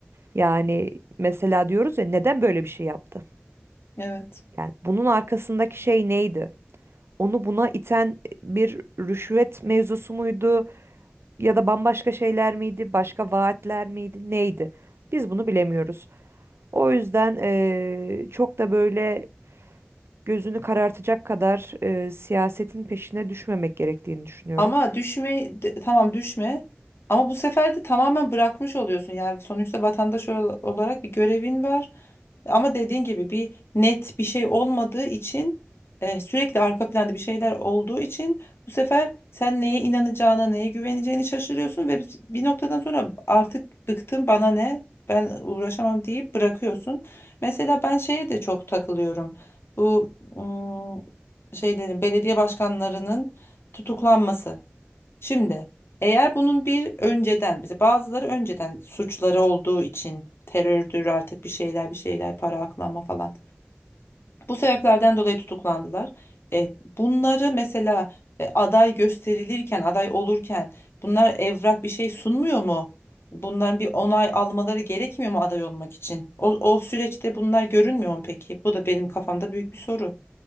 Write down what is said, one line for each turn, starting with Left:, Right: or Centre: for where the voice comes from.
Right: Yani mesela diyoruz ya neden böyle bir şey yaptı?
Left: Evet.
Right: Yani bunun arkasındaki şey neydi? Onu buna iten bir rüşvet mevzusu muydu? ya da bambaşka şeyler miydi, başka vaatler miydi, neydi? Biz bunu bilemiyoruz. O yüzden eee, çok da böyle gözünü karartacak kadar eee, siyasetin peşine düşmemek gerektiğini düşünüyorum.
Left: Ama düşme de- tamam düşme ama bu sefer de tamamen bırakmış oluyorsun. Yani sonuçta vatandaş ol- olarak bir görevin var. Ama dediğin gibi bir net bir şey olmadığı için e, sürekli arka planda bir şeyler olduğu için bu sefer sen neye inanacağına, neye güveneceğini şaşırıyorsun ve bir bir noktadan sonra artık bıktım bana ne? Ben uğraşamam deyip bırakıyorsun. Mesela ben şeye de çok takılıyorum. Bu ım, şeylerin belediye başkanlarının tutuklanması. Şimdi eğer bunun bir önceden mesela bazıları önceden suçları olduğu için terördür artık bir şeyler bir şeyler para aklama falan. Bu sebeplerden dolayı tutuklandılar. E, bunları mesela e, aday gösterilirken aday olurken bunlar evrak bir şey sunmuyor mu? Bunların bir onay almaları gerekmiyor mu aday olmak için? O, o süreçte bunlar görünmüyor mu peki? Bu da benim kafamda büyük bir soru